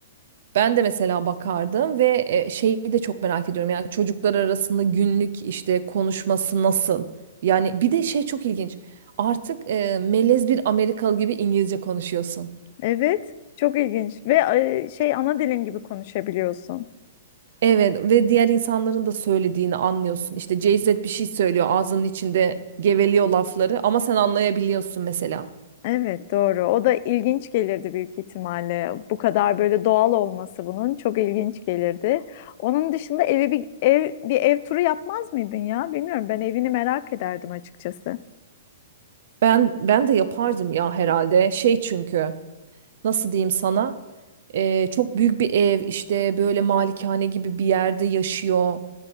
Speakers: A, on the right; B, on the left.
A: ben de mesela bakardım ve e, şeyi de çok merak ediyorum. Yani çocuklar arasında günlük işte konuşması nasıl? Yani bir de şey çok ilginç. Artık e, melez bir Amerikalı gibi İngilizce konuşuyorsun.
B: Evet, çok ilginç ve e, şey ana dilin gibi konuşabiliyorsun.
A: Evet ve diğer insanların da söylediğini anlıyorsun. İşte Jay-Z bir şey söylüyor ağzının içinde geveliyor lafları ama sen anlayabiliyorsun mesela.
B: Evet, doğru. O da ilginç gelirdi büyük ihtimalle. Bu kadar böyle doğal olması bunun çok ilginç gelirdi. Onun dışında evi bir ev bir ev turu yapmaz mıydın ya? Bilmiyorum. Ben evini merak ederdim açıkçası.
A: Ben ben de yapardım ya herhalde. Şey çünkü nasıl diyeyim sana? Ee, çok büyük bir ev işte böyle malikane gibi bir yerde yaşıyor.